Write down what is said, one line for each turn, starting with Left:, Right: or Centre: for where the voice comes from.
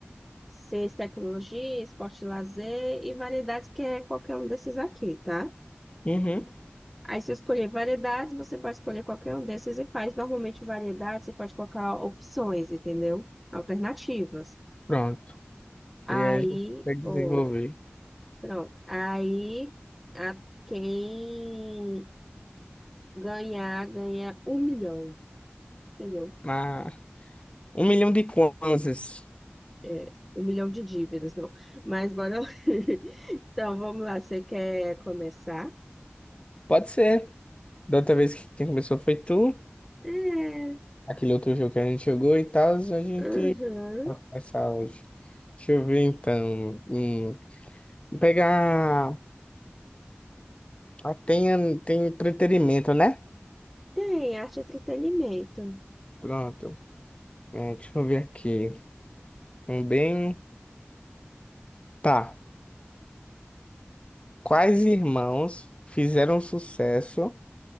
Centre: ciência, e tecnologia, esporte e lazer e variedades, que é qualquer um desses aqui, tá?
Left: uhum.
Centre: Aí, se eu escolher variedades, você pode escolher qualquer um desses e faz. Normalmente, variedades, você pode colocar opções, entendeu? Alternativas.
Left: Pronto.
Centre: Aí,
Left: E aí a gente consegue
Centre: oi,
Left: desenvolver.
Centre: pronto. Aí, a quem ganhar, ganha um milhão, entendeu?
Left: Ah, um milhão de kwanzas.
Centre: É, um milhão de dívidas, não. Mas bora lá. <laughs> Então, vamos lá. Você quer começar?
Left: Pode ser. Da outra vez que quem começou foi tu.
Centre: É,
Left: Aquele outro jogo que a gente jogou e tal, a gente
Centre: aham.
Left: vai começar hoje. Deixa eu ver então. Hum, pegar. Ah, tem, tem entretenimento, né?
Centre: Tem, arte e entretenimento.
Left: Pronto. É, deixa eu ver aqui. Um bem, Tá. Quais irmãos fizeram sucesso